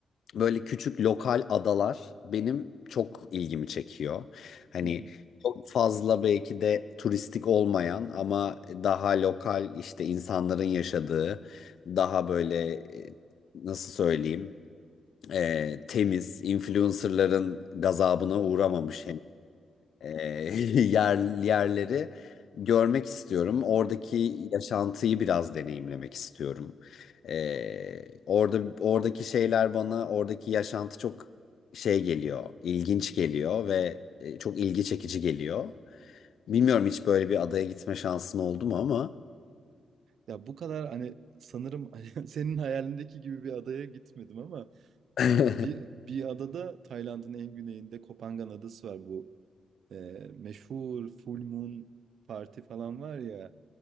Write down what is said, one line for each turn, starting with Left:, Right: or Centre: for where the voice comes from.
Left: böyle küçük lokal adalar benim çok ilgimi çekiyor. Hani
Right: <laughs>
Left: çok fazla belki de turistik olmayan ama daha lokal işte insanların yaşadığı daha böyle e, nasıl söyleyeyim e, temiz influencerların gazabına uğramamış hem e, <laughs> yer yerleri görmek istiyorum. Oradaki yaşantıyı biraz deneyimlemek istiyorum. E, orada oradaki şeyler bana oradaki yaşantı çok şey geliyor, ilginç geliyor ve e, çok ilgi çekici geliyor. Bilmiyorum hiç böyle bir adaya gitme şansın oldu mu ama
Right: Ya bu kadar hani sanırım <laughs> hani senin hayalindeki gibi bir adaya gitmedim ama
Left: <laughs>
Right: e, bir bir adada Tayland'ın en güneyinde Kopangan Adası var bu e, meşhur Full Moon Parti falan var ya